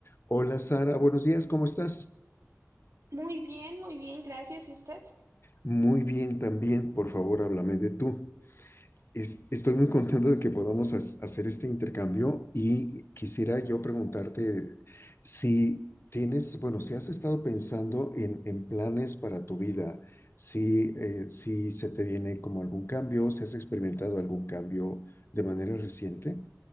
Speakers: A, on the left; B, on the right.
A: Hola Sara, buenos días, ¿cómo estás?
B: Muy bien, muy bien, gracias. ¿Y usted?
A: Muy bien también, por favor, háblame de tú. Es- estoy muy contento de que podamos has- hacer este intercambio y quisiera yo preguntarte si tienes, bueno, si has estado pensando en, en planes para tu vida, si, eh, si se te viene como algún cambio, si has experimentado algún cambio de manera reciente